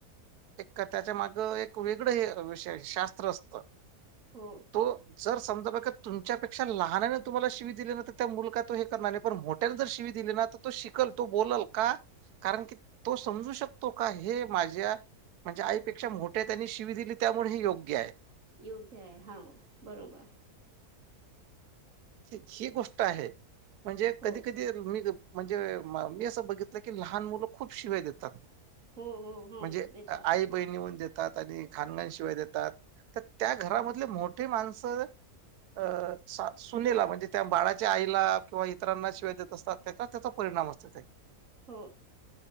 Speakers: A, on the right; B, on the right.
A: एक कथ्याच्या माग एक वेगळं हे विषय शास्त्र असतं
B: हो
A: तो जर समजा बघ तुमच्यापेक्षा लहानाने तुम्हाला शिवी दिले नाही तर त्या मुलात हे करणार नाही पण मोठ्याने जर शिवी दिले ना तर तो शिकल तो बोल का कारण की तो समजू शकतो का हे माझ्या म्हणजे आईपेक्षा मोठ्या त्यांनी शिवी दिली त्यामुळे हे योग्य आहे
B: योग्य आहे हा बरोबर
A: ही गोष्ट आहे म्हणजे कधी
B: हो
A: कधी मी म्हणजे मी असं बघितलं की लहान मुलं खूप शिवाय देतात
B: हो हो हो
A: म्हणजे
B: देतात
A: आई
B: हा
A: बहिणी होऊन देत आणि घाणगणशिवाय देतात तर त्या घरामधले मोठे माणसं अ स सुनेला म्हणजे त्या बाळाच्या आईला किंवा इतरांना शिवाय देत असतात त्याचा त्याचा परिणाम असत ते
B: हो